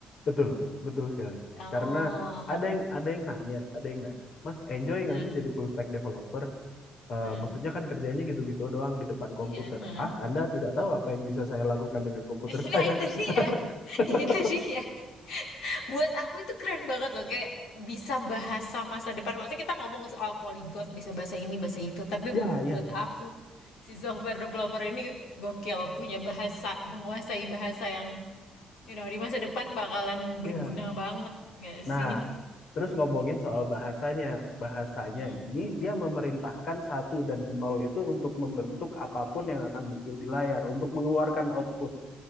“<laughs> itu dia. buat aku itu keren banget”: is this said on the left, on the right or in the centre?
Left